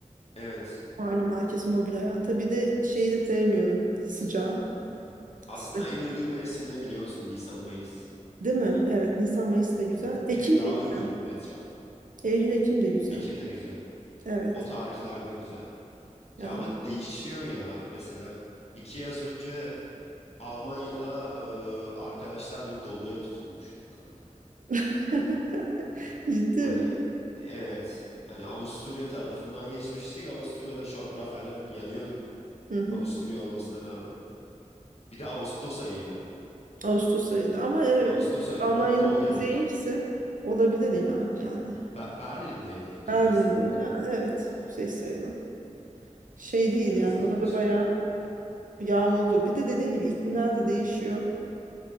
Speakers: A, on the left; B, on the right.
A: Evet.
B: Malum herkes mobil hayata. Bir de şeyi
A: As-
B: de sevmiyorum. Sıcağı.
A: Aslında
B: Sıcak.
A: en uygun mevsim ne biliyor musun? Nisan, Mayıs.
B: Değil mi? Evet. Nisan Mayıs da güzel. Ekim
A: Hem
B: de
A: daha
B: güzel.
A: uygun etraf.
B: Eylül Ekim de güzel.
A: Ekim de güzel.
B: Evet.
A: O tarihler de güzel.
B: Yani
A: Ya ama değişiyor ya. Mesela iki yaz önce Almanya'da e, arkadaşlarla doluya tutulmuştuk kanka.
B: <laughs> ciddi
A: Hani
B: mi?
A: evet hani Avusturya tarafından geçmiştik. Avusturya'da şortla falan yanıyorduk.
B: Hı hı.
A: Avusturya olmasına rağmen. Bir de Ağustos ayıydı.
B: Ağustos ayında. Ama evet,
A: Ağustos ayında
B: Almanya'nın
A: dolu
B: kuzeyi
A: yedik.
B: ise olabilir ya. Yani
A: Be- Berlin'deydik
B: Berlin'de.
A: ya aslında.
B: Yani evet. Kuzey sayılı. Şey değil
A: Biraz
B: yani. Orada
A: ilginç.
B: da bayağı yağmurlu. Bir de dediğin gibi iklimler de değişiyor.